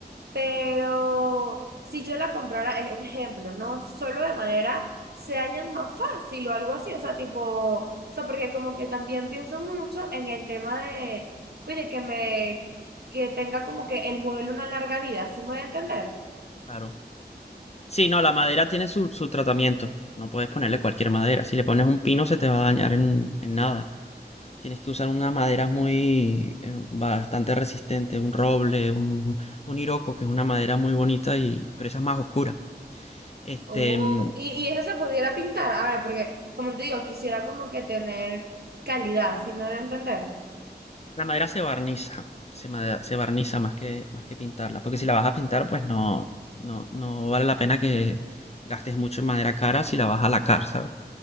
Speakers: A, on the right; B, on the left.
A: pero si yo la comprara, es un ejemplo, ¿no? Solo de madera, se dañan más fácil o algo así, o sea, tipo, o sea, porque como que también pienso mucho en el tema de, oye, que me, que tenga como que el mueble una larga vida, ¿sí me voy a entender?
B: Claro. Sí, no, la madera tiene su, su tratamiento. No puedes ponerle cualquier madera. Si le pones un pino, se te va a dañar en, en nada. Tienes que usar una madera muy, eh, bastante resistente, un roble, un, un hiroko, que es una madera muy bonita y, pero esa es más oscura. Este,
A: Oh,
B: mm,
A: y, y eso se pudiera pintar, a ver, porque como te digo, quisiera como que tener calidad, si me van a entender?
B: la madera se barniza, se, made- se barniza más que, más que pintarla, porque si la vas a pintar, pues no, no, no vale la pena que gastes mucho en madera cara si la vas a lacar, ¿sabes?